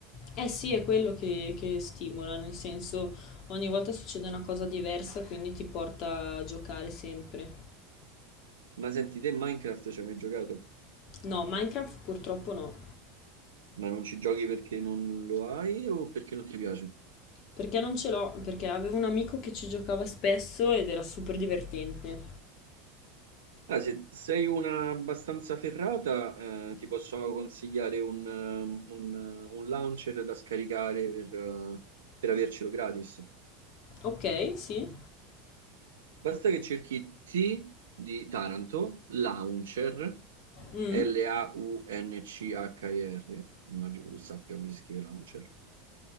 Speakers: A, on the left; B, on the right.
A: Eh sì, è quello che, che stimola, nel senso ogni volta succede una cosa diversa, quindi ti porta a giocare sempre.
B: Ma senti, te Minecraft ci hai mai giocato?
A: No, Minecraft purtroppo no.
B: Ma non ci giochi perché non lo hai o perché non ti piace?
A: Perché non ce l'ho? Perché avevo un amico che ci giocava spesso ed era super divertente.
B: Ah, se sei una abbastanza ferrata, eh, ti posso consigliare un, ehm, un, eh, un launcher da scaricare per, eh, per avercelo gratis.
A: Ok, sì.
B: Basta che cerchi T di Taranto, launcher,
A: Mm,
B: L-A-U-N-C-H-I-R, immagino tu sappia come si scrive launcher,